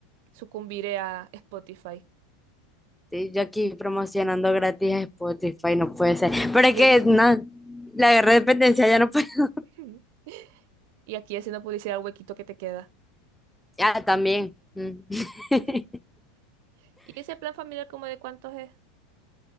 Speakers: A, on the right; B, in the centre.
A: sucumbiré a Spotify.
B: Sí, yo aquí promocionando gratis a Spotify, no puede ser. Pero es
A: Y,
B: que,
A: el-
B: no, la guerra de dependencia ya no puede. <laughs>
A: <laughs> y aquí haciendo publicidad al huequito que te queda.
B: Ah, también. Mm. <laughs>
A: <laughs> ¿Y ese plan familiar como de cuántos es?